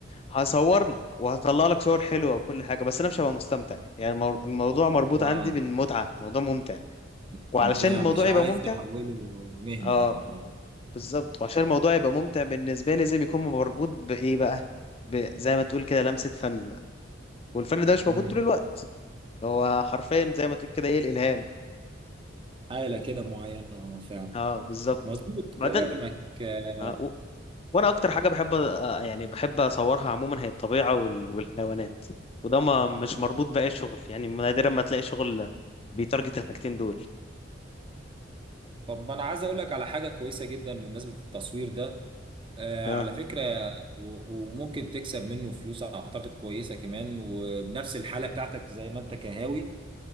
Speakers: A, on the left (about 30°); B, on the right (about 25°).
A: هصور لك وهطلع لك صور حلوه وكل حاجه بس انا مش هبقى مستمتع يعني المو- الموضوع مربوط
B: اه
A: عندي بالمتعه الموضوع ممتع وعلشان
B: استمتاع
A: الموضوع
B: مش
A: يبقى
B: عايز
A: ممتع
B: تحوله مهنة
A: اه
B: يعني اه
A: بالظبط وعشان الموضوع يبقى ممتع بالنسبه لي لازم يكون مربوط بايه بقى ب... زي ما تقول كده لمسه فن بقى والفن ده مش
B: امم
A: موجود طول الوقت هو حرفيا زي ما تقول كده ايه الالهام
B: حالة كده معينة اه فعلا
A: اه بالظبط
B: مظبوط
A: بعدين
B: كلامك آه،
A: آه و... وانا اكتر حاجه بحب آه يعني بحب اصورها عموما هي الطبيعه وال... والحيوانات وده ما مش مربوط باي شغل يعني نادرا ما تلاقي شغل بيتارجت الحاجتين دول
B: طب ما انا عايز اقول لك على حاجة كويسة جدا بمناسبة التصوير ده آه،
A: اه
B: على فكرة و- وممكن تكسب منه فلوس اعتقد كويسة كمان وبنفس الحالة بتاعتك زي ما انت كهاوي